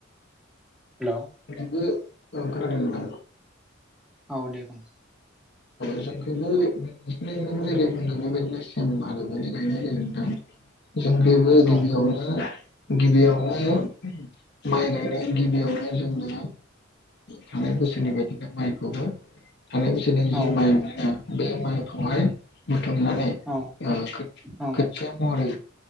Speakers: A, in the centre; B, on the left.
A: हेलौ
B: <unintelligible>
A: औ दे बुं
B: <unintelligible> जों बेबो गिबियावनो
A: औ
B: गिबियावनो माइ गायनाय गिबियावनो जोंना थांनाय बोसोरनि बायदिनो माइखौबो थानाय बोसोरनि बे
A: औ
B: माइ बे माइखौ हाय बुथुमनानै
A: औ
B: खोथिया
A: औ
B: महरै